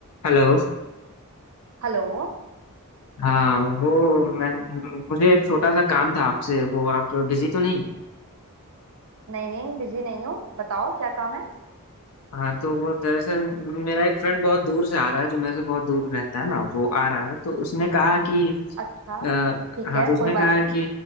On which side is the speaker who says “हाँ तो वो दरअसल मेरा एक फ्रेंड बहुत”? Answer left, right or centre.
Left